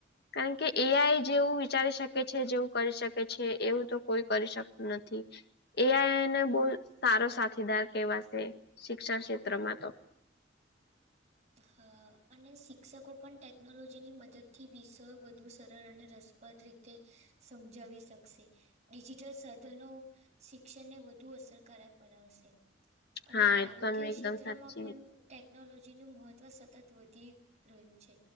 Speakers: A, on the left; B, on the right.
A: કારણ કે એ આઈ જેવું વિચારી શકે છે. જેવું કરી શકે છે. એવું તો કોઈ કરી શકતું નથી. એ આઈને બહુ સારો સાથીદાર કવાશે શિક્ષણ ક્ષેત્રમાં તો..
B: હા, અને શિક્ષકો પણ ટેકનોલોજીની મદદ થી વિષયો વધુ સરળ અને રસ રસપ્રદ વિશે સમજાવી શકશે. ડિજિટલ સાધનો શિક્ષણને વધુ અસરકારક બનાવશે. અને
A: હા એ
B: આરોગ્ય
A: તો તમે એકદમ
B: ક્ષેત્રમાં
A: સાચી
B: પણ ટેકનોલોજી નું મહત્વ સતત વધી રહ્યું છે.